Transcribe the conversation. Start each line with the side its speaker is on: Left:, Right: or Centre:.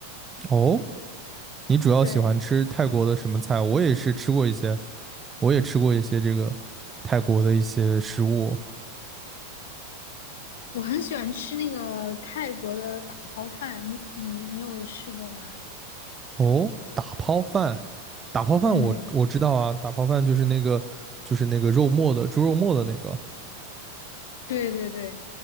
Right: 哦，你主要喜欢吃泰国的什么菜？
Left: 对，
Right: 我也是吃过一些，我也吃过一些这个泰国的一些食物。
Left: 我很喜欢吃那个泰国的打抛饭，你你你有试过吗？
Right: 哦，打抛饭，打抛饭我我知道啊，
Left: 嗯，
Right: 打抛饭就是那个就是那个肉末的猪肉末的那个。
Left: 对对对，